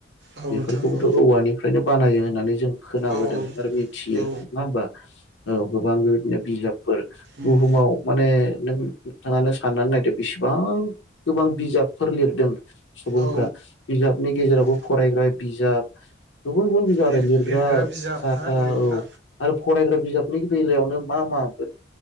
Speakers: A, on the right (about 65°); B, on the left (about 80°).
A: औ नोंथां
B: बेफोरखौबोथ'
A: औ
B: औवानिफ्रायनो बानायो होननानै जों खोनाबोदों
A: औ
B: आरो मिथियो
A: औ
B: नङा होमबा औ गोबां बेदिनो बिजाबफोर बुहुमाव
A: उम
B: माने नों नोंथाङानो साननानै नायदो बेसेबां गोबां बिजाबफोर लिरदों सुबुंफ्रा
A: औ
B: बिजाबनि गेजेरावबो
A: उम
B: फरायग्रा बिजाब गुबुन गुबुन बिजाब आरो
A: लिर
B: लिरग्रा
A: बिजाब
B: साथा
A: ना लिरग्रा
B: औ आरो फरायग्रा बिजाबनि बेलायावनो मा मा